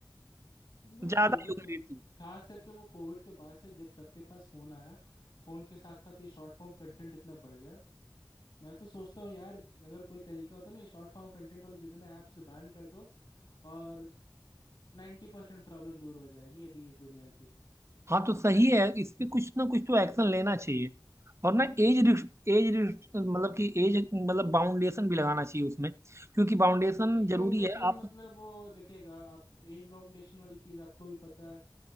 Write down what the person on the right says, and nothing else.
ज्यादा
यूज रहती
हाँ तो सही है इस पे कुछ ना कुछ तो एक्शन लेना चाहिए और ना एज एज मतलब कि एज मतलब बाउंडेशन भी लगाना चाहिए उसमें क्योंकि बाउंडेशन
जरूरी
है आप